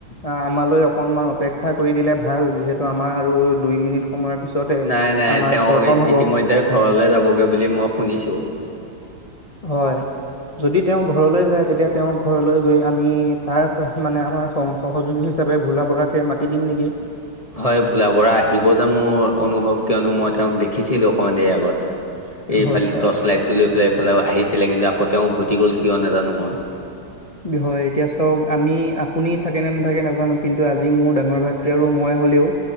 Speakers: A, on the left; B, on the left.
A: আ আমালৈ অকণমান অপেক্ষা কৰি দিলে ভাল। যিহেতু আমাৰ আৰু দুই মিনিট সময়ৰ পিছতে
B: নাই নাই
A: আমাৰ
B: তেওঁ
A: কৰ্তন
B: ই
A: হ'ব
B: ইতিমধ্যে ঘৰলে যাবগৈ বুলি মই শুনিছোঁ।
A: হয়। যদি তেওঁ ঘৰলৈ যায় তেতিয়া তেওঁ ঘৰলৈ গৈ আমি তাৰ মানে আমাৰ সং সহযোগী হিচাপে ভোলা বোৰাকে মাতি দিম নেকি?
B: হয় ভোলা বোৰা আহিব যে মোৰ অনুভৱ কিয়নো মই তেওঁক দেখিছিলো অকণমান দেৰি আগত। এইফালেদি
A: হয় হয়
B: টৰ্চ লাইটটো লৈ পেলাই এইফালে আহিছিলে কিন্তু আকৌ তেওঁ উভতি গ'ল কিয় নাজানো মই।
A: হয়, এতিয়া চাওঁক আমি আপুনি থাকে নে নাথাকে নাজানো কিন্তু আজি মোৰ ডাঙৰ ভা তে আৰু মই হ'লেও